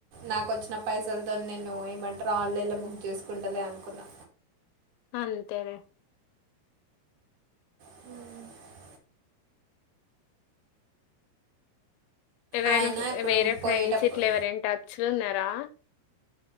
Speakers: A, on the right; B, on the left.
A: నాకొచ్చిన పైసలతో నేను ఏమంటరు ఆన్లైన్లో బుక్ చేసుకుంటలే అనుకున్నా
B: అంతేలే
A: ఉమ్
B: ఎవరైనా
A: ఆయన ఇప్పుడు
B: వేరే
A: పోయేటప్పుడు
B: ఫ్రెండ్స్ ఇట్ల ఎవరైనా టచ్లున్నరా